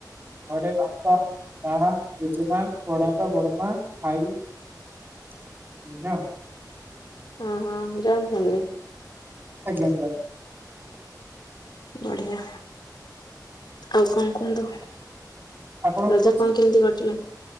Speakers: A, on the right; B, on the left.
A: ଘରେ ବାପା ମା ଜେଜେମା ବଡାଆପା ବଡ ମା ଭାଇ। <unintelligible>
B: ହଁ ହଁ ଜଏଣ୍ଟ୍ ଫ୍ୟାମିଲି।
A: ଆଜ୍ଞା ଜୁହାର୍।
B: ବଢିଆ। ଆଉ କନ୍
A: ଆଜ୍ଞା
B: କୁହନ୍ତୁ
A: ଆପଣଙ୍କ
B: ରଜ
A: ଘରେ
B: କଣ୍
A: ସବୁ
B: କେମିତି କଟିଲା